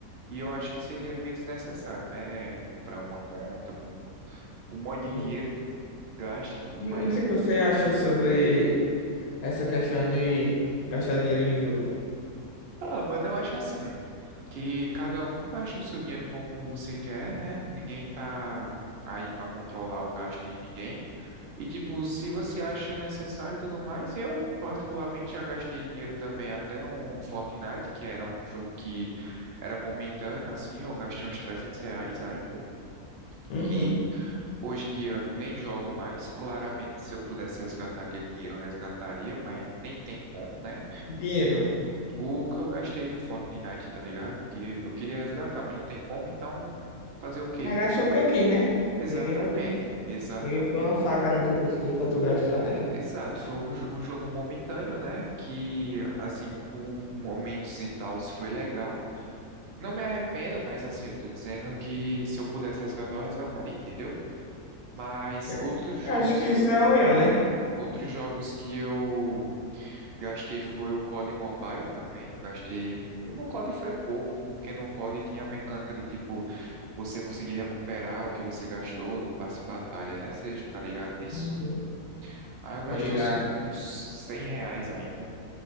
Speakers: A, on the right; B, on the left.
A: e eu acho que seria meio desnecessário, né? Comprar uma conta com um monte
B: Sim.
A: de dinheiro, gasto e tudo
B: E
A: mais.
B: o que é que você acha sobre essa questão de gastar dinheiro em jogo?
A: Ah, mano, eu acho assim, que cada um gasta o seu dinheiro como você quer, né? Ninguém tá aí pra controlar o gasto de ninguém. E, tipo, se você acha necessário e tudo mais, eu, particularmente, já gastei dinheiro também até no Fortnite, que era um jogo que era momentâneo, assim, eu gastei uns 300 reais ainda.
B: Uhum.
A: E hoje em dia nem jogo mais. Claramente, se eu pudesse resgatar aquele dinheiro, eu resgataria, mas nem tem como, né?
B: Dinheiro.
A: o que eu gastei no Fortnite, tá ligado? Que eu queria resgatar, mas não tem como, então fazer o quê?
B: Mas gastou porque quis, né?
A: Exatamente,
B: Ninguém botou.
A: exatamente,
B: Ninguém botou uma faca no teu pescoço pra tu gastar, né?
A: exato. Foi um, jo- um jogo momentâneo, né? Que, assim, por momentos e tal, foi legal. Não me arrependo, mas, assim, eu tô dizendo que se eu pudesse resgatar, eu resgataria, entendeu? Mas
B: É.
A: outros jogos,
B: Acho que isso é oião, né?
A: outros jogos que eu Gastei foi o COD Mobile também, eu gastei... No COD foi pouco, porque no COD tinha a mecânica de, tipo, você conseguir recuperar o que você gastou no passe de batalha, né? Você tá ligado nisso?
B: Uhum.
A: Aí eu gastei
B: Tô ligado.
A: uns, uns 100 reais ainda,